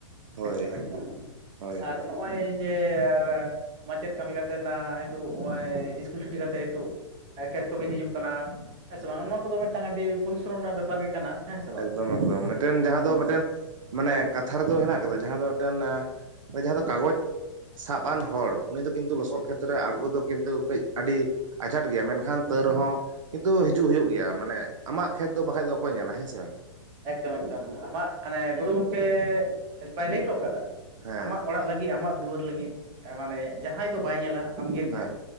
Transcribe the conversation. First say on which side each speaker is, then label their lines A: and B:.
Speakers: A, on the right; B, on the right.
A: ᱦᱳᱭ
B: ᱮᱠᱫᱚᱢ ᱮᱠᱫᱚᱢ
A: ᱦᱳᱭ ᱦᱳᱭ
B: ᱟᱨ ᱱᱚᱜᱼᱚᱭ ᱡᱮ ᱟᱨ ᱢᱟᱪᱮᱫ ᱠᱟᱹᱢᱤ ᱠᱟᱛᱮᱱ ᱟᱸ ᱦᱤᱭ ᱛᱩᱜ, ᱦᱚᱸᱜᱼᱚᱭ ᱤᱥᱠᱩᱞ ᱪᱷᱩᱴᱤ ᱠᱟᱛᱮ ᱦᱤᱛᱩᱜ ᱮᱸ ᱠᱷᱮᱛ ᱠᱚᱵᱤᱱ ᱦᱤᱡᱩᱜ ᱠᱟᱱᱟ ᱦᱮᱸ ᱥᱮ ᱵᱟᱝᱼᱟ, ᱱᱚᱣᱟ ᱠᱚᱫᱚ ᱢᱮᱫᱴᱟᱝ ᱟᱹᱰᱤ ᱯᱩᱨᱤᱥᱚᱨᱚᱢ ᱨᱮᱱᱟᱜ ᱵᱮᱯᱟᱨ ᱜᱮ ᱠᱟᱱᱟ ᱦᱮᱸ ᱥᱮ ᱵᱟᱝ?
A: ᱮᱠᱫᱚᱢ ᱮᱠᱫᱚᱢ ᱢᱤᱫᱴᱮᱱ
B: ᱮᱠᱫᱚᱢ
A: ᱡᱟᱦᱟᱸ ᱫᱚ ᱢᱤᱫᱴᱮᱱ ᱢᱟᱱᱮ ᱠᱟᱛᱷᱟ ᱨᱮᱫᱚ ᱦᱮᱱᱟᱜ ᱜᱮᱫᱚ ᱡᱟᱦᱟᱸ ᱫᱚ ᱢᱤᱫᱴᱮᱱᱼᱮᱸ ᱡᱟᱦᱟᱸ ᱫᱚ ᱠᱟᱜᱚᱡᱽ ᱥᱟᱵ ᱟᱱ ᱦᱚᱲ ᱩᱱᱤ ᱫᱚ ᱠᱤᱱᱛᱩ ᱞᱚᱥᱚᱫ ᱠᱷᱮᱛ ᱨᱮ ᱟᱸᱬᱜᱳ ᱫᱚ ᱠᱤᱱᱛᱩ ᱠᱟᱹᱡ ᱟᱹᱰᱤ ᱟᱡᱷᱟᱴ ᱜᱮᱭᱟ ᱢᱮᱱᱠᱷᱟᱱ ᱛᱟᱹᱣ ᱨᱮᱦᱚᱸ ᱠᱤᱱᱛᱩ ᱦᱤᱡᱩᱜ ᱦᱩᱭᱩᱜ ᱜᱮᱭᱟ, ᱢᱟᱱᱮ ᱟᱢᱟᱜ ᱠᱷᱮᱛ ᱫᱚ ᱵᱟᱠᱷᱟᱡ ᱫᱚ ᱚᱠᱚᱭ ᱧᱮᱞ ᱞᱟᱭ ᱦᱮᱸᱥᱮ? <unintelligible>
B: ᱮᱠᱫᱚᱢ ᱮᱠᱫᱚᱢ ᱟᱢᱟᱜ ᱟᱱᱮ ᱜᱩᱨᱩ ᱜᱚᱝᱠᱮᱻᱜ ᱵᱟᱭ ᱞᱟᱹᱭ ᱚᱴᱚ ᱠᱟᱫᱟ?
A: ᱦᱮᱸ
B: ᱟᱢᱟᱜ ᱚᱲᱟᱜ ᱞᱟᱹᱜᱤᱜ ᱟᱢᱟᱜ ᱫᱩᱣᱟᱹᱨ ᱞᱟᱹᱜᱤᱫ, ᱮᱸ ᱢᱟᱱᱮ ᱡᱟᱦᱟᱸᱭ ᱫᱚ ᱵᱟᱭ ᱧᱮᱞᱟ ᱟᱢᱜᱮᱢ
A: ᱦᱮᱸ
B: ᱧᱮᱞᱼᱟ᱾